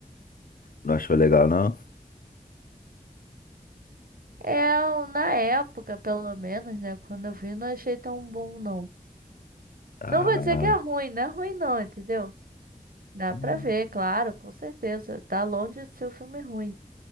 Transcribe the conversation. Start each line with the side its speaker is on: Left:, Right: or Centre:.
Left: Não achou legal, não?
Right: É, eu, na época, pelo menos, né, quando eu vi, não achei tão bom não.
Left: Ah,
Right: Não vou dizer que é ruim, não é ruim não, entendeu? Dá
Left: hum,
Right: pra ver, claro, com certeza. Tá longe de ser um filme ruim.